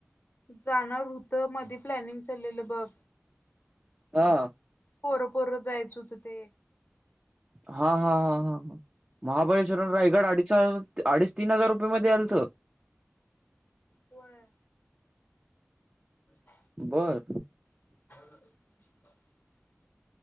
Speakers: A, on the left; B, on the right.
A: जाणार हुतो मधी प्लॅनिंग चाललेलं बघ.
B: हा.
A: पोरंपोरं जायचं हुतं ते.
B: हा, हा, हा, हा, हा. महाबळेश्वर
A: हम्म
B: अन रायगड अडी <inaudible> अडीच तीन हजार रुपयेमध्ये आलत?
A: होय. <inaudible>
B: बर.
A: <inaudible>